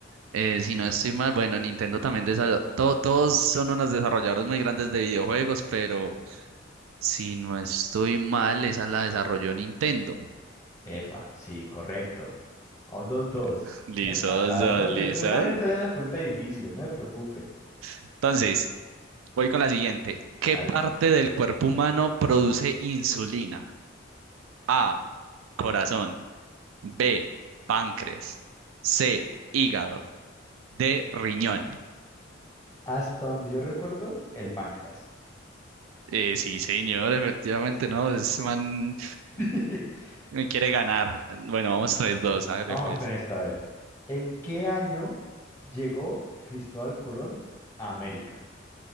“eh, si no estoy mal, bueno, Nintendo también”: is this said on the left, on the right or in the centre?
Right